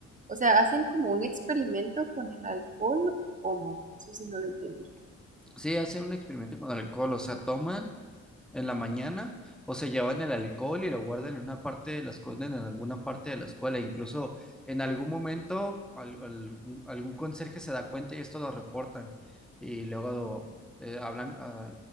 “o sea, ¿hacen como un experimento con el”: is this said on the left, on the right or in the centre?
Right